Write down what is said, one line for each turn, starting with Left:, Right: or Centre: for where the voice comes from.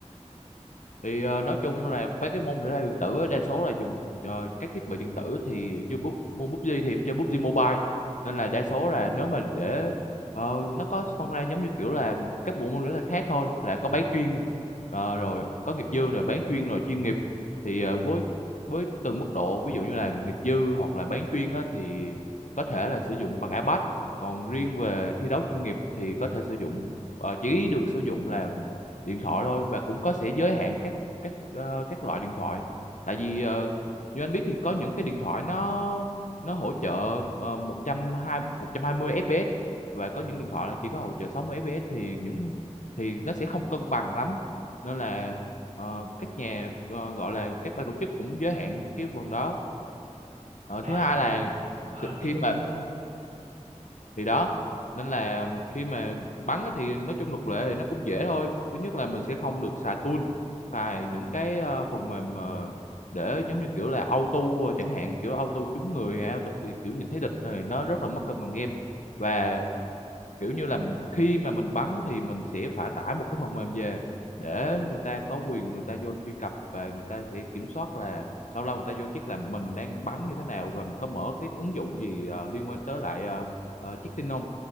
Left: thì ờ, nói chung là mấy cái môn thể thao điện tử á, đa số là dùng ờ, các thiết bị điện tử thì như bút môn PUBG thì em chơi PUBG Mobile nên là đa số là nếu mà để ờ, nó có phân ra giống như kiểu là các bộ môn thể thao khác thôi là có bán chuyên ờ, rồi có nghiệp dư rồi bán chuyên rồi chuyên nghiệp thì ờ, với với từng mức độ ví dụ như là nghiệp dư hoặc là bán chuyên á, thì có thể là sử dụng bằng iPad còn riêng về thi đấu chuyên nghiệp thì có thể sử dụng ờ, chỉ được sử dụng là điện thoại thôi và cũng có sẽ giới hạn các các ờ, các loại điện thoại tại vì ờ, như anh biết thì có những cái điện thoại nó nó hỗ trợ ờ, 120 120 fps và có những điện thoại là chỉ có hỗ trợ 60 fps thì những thì nó sẽ không cân bằng lắm nên là ờ, các nhà ờ, gọi là các ban tổ chức cũng giới hạn cái phần đó Ờ,
Right: À,
Left: thứ hai là
Right: à
Left: sự-
Right: tiếp
Left: khi
Right: đi
Left: mà
Right: tiếp đi.
Left: thì đó nên là khi mà bắn á thì nói chung luật lệ thì nó cũng dễ thôi thứ nhất là mình sẽ không được xài tool xài những cái ờ, phần mềm ờ, để giống như kiểu là auto ờ, chẳng hạn kiểu auto trúng người auto kiểu nhìn thấy địch thì nó rất là mất cân bằng game và kiểu như là khi mà mình bắn thì mình sẽ phải tải một cái phần mềm về để người ta có quyền người ta vô truy cập và người ta sẽ kiểm soát là lâu lâu người ta vô check là mình đang bắn như thế nào và mình có mở cái ứng dụng gì ờ, liên quan tới lại ờ, ờ, check tin không